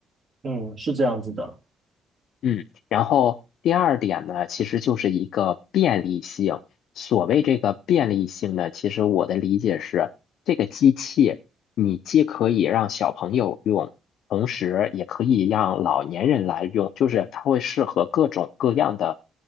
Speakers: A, on the right; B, on the left.
A: 嗯，是这样子的。
B: 嗯，然后第二点呢，其实就是一个便利性。所谓这个便利性呢，其实我的理解是，这个机器你既可以让小朋友用，同时也可以让老年人来用，就是它会适合各种各样的